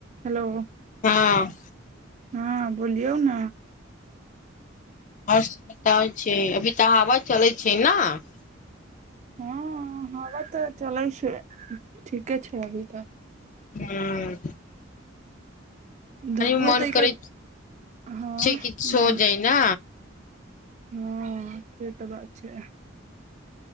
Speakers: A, on the right; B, on the left.
A: hello
B: हँ
A: हँ बोलियौ न
B: <unintelligible> छै अभी तऽ हावा चलै छै न'
A: हँ हावा तऽ चलै छै ठीके छै अभी तऽ
B: हूँ
A: धुपबो
B: मे मन
A: त' एकर
B: करै
A: हँ
B: छै कि सो
A: नहि
B: जाइ ने
A: हँ से तऽ बात छै